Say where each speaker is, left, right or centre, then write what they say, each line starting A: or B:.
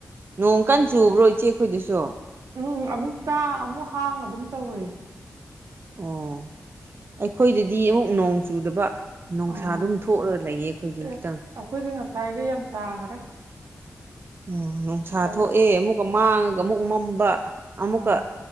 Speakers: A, on the right; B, on the right.
A: ꯅꯣꯡ ꯀꯥꯟ ꯆꯨꯕ꯭ꯔꯣ ꯏꯆꯦ ꯑꯩꯈꯣꯏꯗꯨꯁꯨ
B: ꯎꯝ ꯑꯃꯨꯛ ꯇꯥ ꯑꯃꯨꯛ ꯍꯥꯡꯉ ꯑꯗꯨꯝ ꯇꯧꯋꯦ
A: ꯑꯣ ꯑꯩꯈꯣꯏꯗꯗꯤ ꯑꯃꯨꯛ ꯅꯣꯡ ꯆꯨꯗꯕ ꯅꯨꯡꯁꯥ
B: ꯑꯥ
A: ꯑꯗꯨꯝ ꯊꯣꯛꯂꯒ ꯂꯩꯌꯦ ꯑꯩꯈꯣꯏꯗꯤ
B: ꯑꯦ
A: ꯈꯤꯇꯪ
B: ꯑꯩꯈꯣꯏꯗꯤ ꯉꯁꯥꯏꯒ ꯌꯥꯝ ꯇꯥꯈꯔꯦ
A: ꯑꯣ ꯅꯨꯡꯁꯥ
B: ꯑꯗꯨ
A: ꯊꯣꯛꯑꯦ ꯑꯃꯨꯛꯀ ꯃꯥꯡꯉꯒ ꯑꯃꯨꯛ ꯃꯝꯕ ꯑꯃꯨꯛꯀ
B: ꯑꯥ